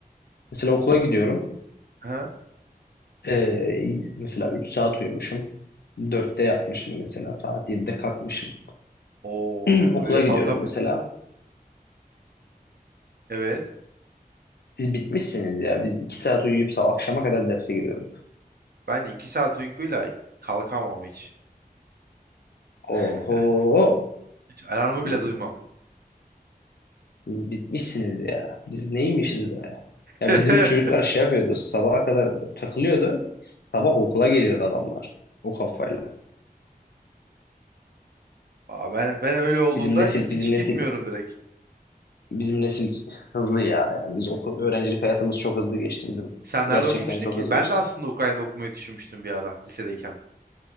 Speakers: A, on the left; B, on the right.
A: Mesela okula gidiyorum.
B: Ha?
A: Ee, mesela 3 saat uyumuşum. dörtte yatmışım mesela. Saat 7'de kalkmışım.
B: Oo,
A: <clears throat> Okula
B: öyle
A: gidiyorum
B: kalkıp
A: mesela.
B: evet.
A: Siz bitmişsiniz ya. Biz 2 saat uyuyup sabah akşama kadar derse giriyorduk.
B: Ben iki saat uykuyla kalkamam hiç. <laughs>
A: Oho.
B: Hiç alarmı
A: Ee,
B: bile duymam.
A: siz bitmişsiniz ya. Biz neymişiz be? Ya
B: <laughs>
A: bizim çocuklar şey yapıyordu. Sabaha kadar takılıyordu. Sabah okula geliyordu adamlar. O kafayla.
B: Aa, ben ben öyle olduğunda
A: Bizim nesil,
B: hiç
A: bizim nesil,
B: gitmiyorum direkt.
A: bizim nesil hızlı ya. Yani biz okul, öğrencilik hayatımız çok hızlı geçti bizim.
B: Sen nerede
A: Gerçekten
B: okumuştun
A: çok
B: ki?
A: hızlı
B: Ben
A: geçti.
B: de aslında Ukrayna'da okumayı düşünmüştüm bir ara lisedeyken.